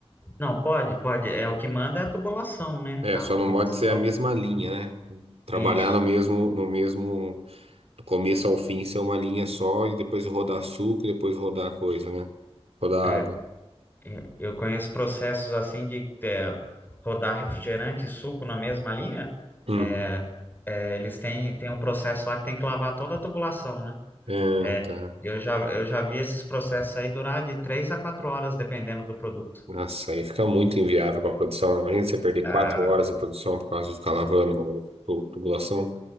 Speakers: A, on the left (about 20°); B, on the right (about 70°).
A: Não, pode, pode. É o que manda é a tubulação, né?
B: É,
A: A
B: só
A: tubulação.
B: não pode ser a mesma linha, né? Trabalhar
A: Isso,
B: no mesmo, no mesmo, do começo ao fim, ser uma linha só e depois rodar suco, e depois rodar coisa, né? Rodar
A: é.
B: água.
A: Eu eu conheço processos assim de é, rodar refrigerante e suco na mesma linha.
B: Hum.
A: É, é, eles têm, têm um processo lá que tem que lavar toda a tubulação, né?
B: É,
A: É,
B: tá.
A: eu já, eu já vi esses processos aí durar de três a quatro horas, dependendo do produto.
B: Nossa, aí fica muito inviável para produção, né? Imagina você perder
A: Ah,
B: quatro horas de produção por causa de ficar lavando tu- tubulação.